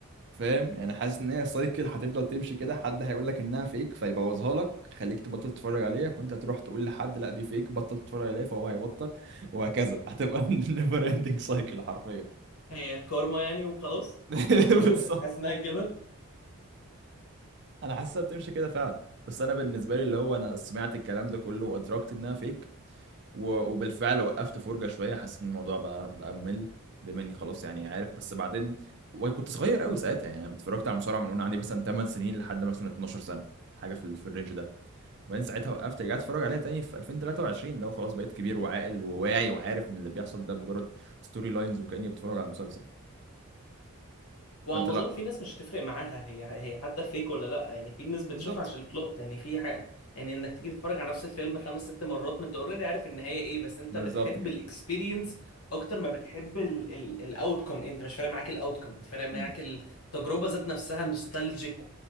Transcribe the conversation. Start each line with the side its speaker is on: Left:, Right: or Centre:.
Right: فاهم يعني حاسس ان هي سايكل هتفضل تمشي كده حد هيقول لك انها فيك فيبوظها لك خليك تبطل تتفرج عليها فانت هتروح تقول لحد لا دي فيك بطل تتفرج عليها فهو هيبطل وهكذا هتبقى <laughs> نيفر اندنج سايكل حرفيا
Left: هي كارما يعني وخلاص
Right: <laughs>
Left: انت شا-
Right: بالظبط
Left: حاسس انها كده
Right: انا حاسسها بتمشي كده فعلا بس انا بالنسبه لي اللي هو انا سمعت الكلام ده كله وادركت انها فيك و... وبالفعل وقفت فرجه شويه حاسس ان الموضوع بقى بقى ممل بما اني خلاص يعني عارف بس بعدين وكنت صغير قوي ساعتها يعني أنا اتفرجت على مصارعه من وانا عندي مثلا 8 سنين لحد مثلا 12 سنه حاجه في, ال- في الرينج ده وبعدين ساعتها وقفت رجعت اتفرج عليها تاني في 2023 اللي هو خلاص بقيت كبير وعاقل وواعي وعارف ان اللي بيحصل ده مجرد ستوري لاينز وكاني بتفرج على مسلسل
Left: وعم
Right: فانت لا
Left: اظن في ناس مش هتفرق معاها هي هي حتى فيك ولا لا يعني في ناس بتشوف
Right: بالظبط
Left: عشان البلوت يعني في حاجه يعني انك تيجي تتفرج على نفس الفيلم خمس ست مرات ما انت اوريدي عارف النهايه ايه بس انت
Right: بالظبط
Left: بتحب
Right: كده
Left: الاكسبيرينس اكتر ما بتحب الاوتكم انت مش فارق معاك الاوتكم انت فارق معاك
Right: مم.
Left: التجربه ذات نفسها نوستالجيك